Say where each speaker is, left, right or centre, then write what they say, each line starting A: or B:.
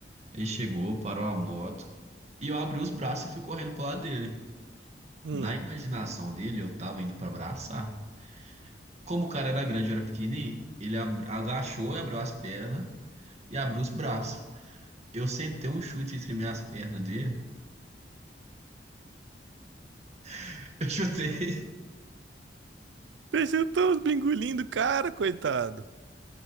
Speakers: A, on the right; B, on the right.
A: Ele chegou, parou a moto. E eu abri os braços e fui correndo pro lado dele.
B: hum.
A: Na imaginação dele, eu tava indo pra abraçar. Como o cara era grande e eu era pequenininho, ele ab- agachou e abriu as pernas e abriu os braços. Eu sentei um chute entre minhas pernas dele. <laughs> Eu chutei.
B: Peixinho tão bingulindo, cara, coitado.